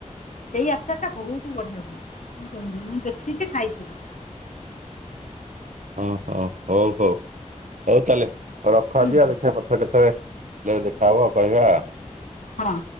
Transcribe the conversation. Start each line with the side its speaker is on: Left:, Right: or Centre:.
Left: ସେଇ ଆଚାରଟା ବହୁତ ବଢିଆ ହୁଏ। ମୁଁ ଶୁଣିଛି, ମୁଁ ଦେଖିଛି, ଖାଇଛି ବି।
Right: ଅ ହ ହଉ ହଉ ହଉ ତାହେଲେ, ହଉ ରଖ
Left: ହୁଁ
Right: ଆଜି ଆଉ ଦେଖିଆ ପ ଛରେ କେତେବେଳେ ଦେଖାହବ କହିବା ଆଉ।
Left: ହଁ।